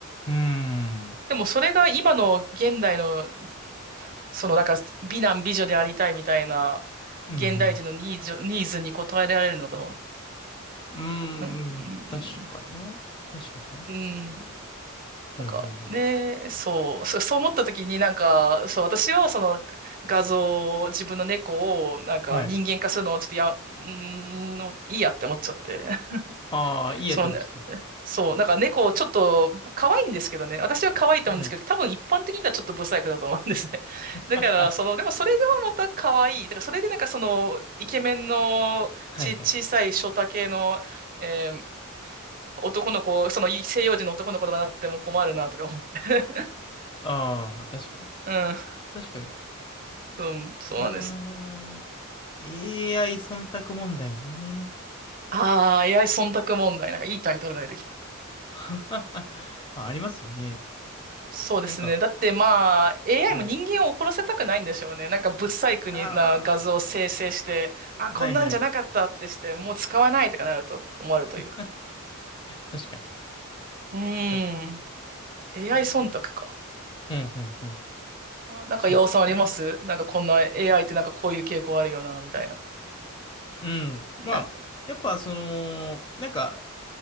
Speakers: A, on the left; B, on the right.
A: うーん。
B: でもそれが今の現代の、そのなんか美男美女でありたいみたいな、
A: うんうん。
B: 現代人のニーズ、ニーズに応えられるのか、
A: うーん
B: うん、うん、
A: うん。確かにな。確かにな。
B: うん
A: うんうんうん。
B: なんか、ね、そう、<laughs> そそう思った時になんか、そう、私はその画像、自分の猫をなんか人間化するのをちょっとや、
A: はい。
B: うーんの、いいやって思っちゃって。<laughs>
A: ああ、いいやって思っちゃったんですね。
B: そのね、そう、なんか猫ちょっと可愛いんですけどね、私は可愛いと思うんですけど、
A: はい。
B: 多分一般的にはちょっとブサイクだと思うんですね。<laughs> だから、
A: あ、
B: その、でもそれがまた可愛い。だからそれでなんかその、イケメンのち、
A: はいはい。
B: 小さいショタ系の、えー男の子、その西洋人の男の子とかなっても困るなとか思って。
A: ああ、確かに。
B: <laughs> うん。
A: 確かに。
B: うん、そうなんです。
A: いやー、AI 忖度問題ね。
B: ああ、AI 忖度問題。なんかいいタイトルが出てきた。
A: <laughs> まあ、ありますよね。
B: そうですね。
A: なんか、
B: だってまあ、AI
A: はい。
B: も人間を怒らせたくないんでしょうね。なんか不細工にな画像を生成して、
A: あ
B: あ、
A: あ、
B: こんなんじゃなかったってして、
A: はいはい。
B: もう使わないとかなると困るというか。
A: <laughs> 確かに。
B: うー
A: 確かに。
B: ん。AI
A: ああ。
B: 忖度か。
A: うんうんうん。
B: あなんか要さんありますなんかこんな
A: そうっすね。
B: AI ってなんかこういう傾向あるよな、みたいな。
A: うん。
B: なんか、
A: まあ、やっぱその、なんか